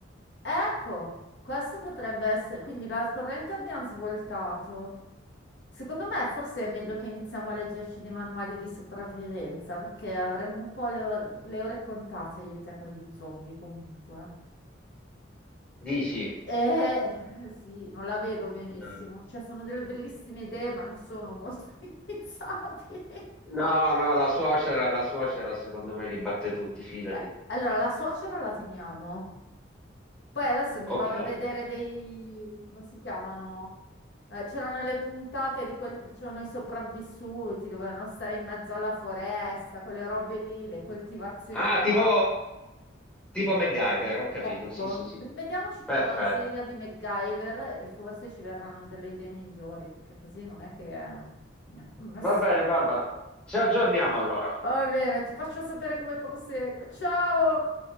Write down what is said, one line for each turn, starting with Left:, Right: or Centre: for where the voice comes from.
Left: Ecco, questo potrebbe essere... Quindi la corrente abbiamo svoltato. Secondo me forse è meglio che iniziamo a leggerci dei manuali di sopravvivenza, perché avremo un po' le, or- le ore contate io e te con gli zombie comunque.
Centre: Dici?
Left: E eh, sì, non la vedo benissimo.
Centre: No,
Left: Cioè, sono delle bellissime idee, ma non sono molto <laughs> realizzabili.
Centre: no, no, la suocera, la suocera secondo me li batte tutti, fidati.
Left: Eh, allora, la suocera la teniamo. Poi adesso mi
Centre: Ok.
Left: vado a vedere dei... come si chiamano? Eh, c'erano le puntate di quelli che facevano i sopravvissuti, dovevano stare in mezzo alla foresta, quelle robe lì, le coltivazioni
Centre: Ah,
Left: ad acqua.
Centre: tipo, tipo MacGyver, ho capito.
Left: Ecco,
Centre: Sì, sì, sì.
Left: rivediamoci
Centre: Perfetto.
Left: tutta la serie di MacGyver e forse ci verranno delle idee migliori, perché così non è che... eh, no. <laughs>
Centre: Va bene, Barbara. Ci aggiorniamo allora.
Left: Va bene, ti faccio sapere come prosegue. Ciao!